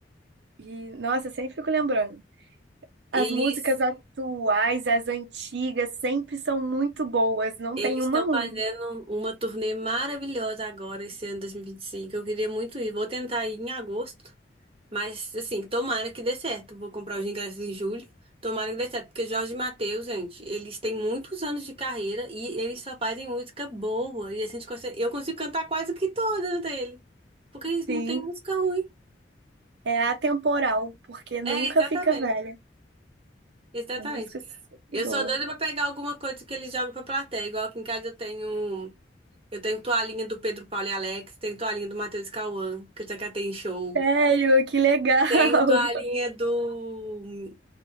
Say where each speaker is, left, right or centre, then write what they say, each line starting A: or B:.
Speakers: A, on the right; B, on the right.
A: e nossa, eu sempre fico lembrando.
B: Eles
A: As músicas atuais, as antigas, sempre são muito boas, não
B: Eles
A: tem uma
B: estão
A: ruim.
B: fazendo uma turnê maravilhosa agora, esse ano 2025. Eu queria muito ir. Vou tentar ir em agosto, mas assim, tomara que dê certo. Vou comprar os ingressos em julho. Tomara que dê certo, porque Jorge e Mateus, gente, eles têm muitos anos de carreira e eles só fazem música boa. E a gente consegue, eu consigo cantar quase que todas dele, porque eles
A: Sim,
B: não têm música ruim.
A: é atemporal, porque
B: É,
A: nunca
B: exatamente.
A: fica velha.
B: Exatamente.
A: A música é sempre
B: Eu
A: boa.
B: sou doida pra pegar alguma coisa que eles jogam pra plateia. Igual aqui em casa eu tenho. um Eu tenho toalhinha do Pedro Paulo e Alex, tenho toalhinha do Matheus e Cauã, que eu já catei em show.
A: Sério, que legal! <laughs>
B: Tenho toalhinha do